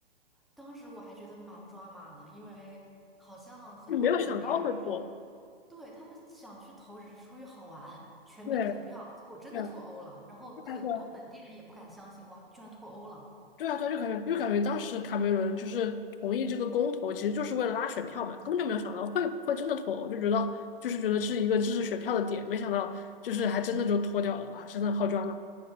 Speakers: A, in the centre; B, on the left.
A: 当时我还觉得蛮抓马的，因为好像很多本地人是，
B: 就没有想到会脱。
A: 对，他们想去投只是出于好玩，全民投票，
B: 对，
A: 结果真的脱欧了，
B: 对啊，
A: 然后很多本地人也不敢相信，
B: 对啊，对啊，
A: 哇，居然脱欧了。
B: 对啊，对啊，就感觉就感觉当时卡梅伦就是同意这个公投，其实就是为了拉选票嘛，根本就没有想到会会真的脱欧，就觉得就是觉得是一个支持选票的点，没想到就是还真的就脱掉了啊，真的好抓马。